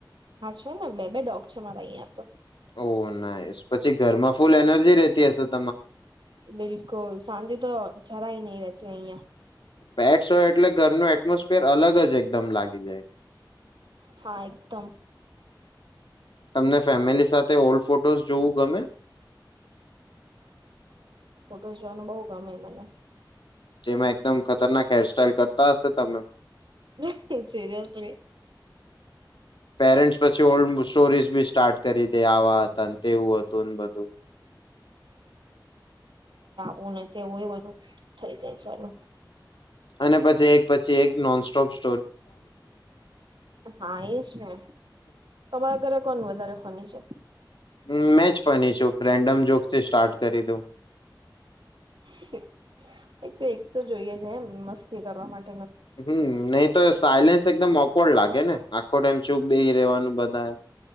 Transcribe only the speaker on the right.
હા છે ને બે બે ડોગ છે મારા અહિયાં તો
બિલકુલ, સાંજે તો જરાય નહીં રે કે અઈયા.
હા એકદમ
એ જોવાનું બહુ ગમે મને.
મને સિરિયસલી
વું ને તેવું ને એ બધું. થઈ જાય ચાલુ.
હા, એ જ ને, તમારા ઘરે કોન વધારે ફની છે?
હં હં, એક તો એક તો જોઈએ જ એમ, મસ્તી કરવા માટે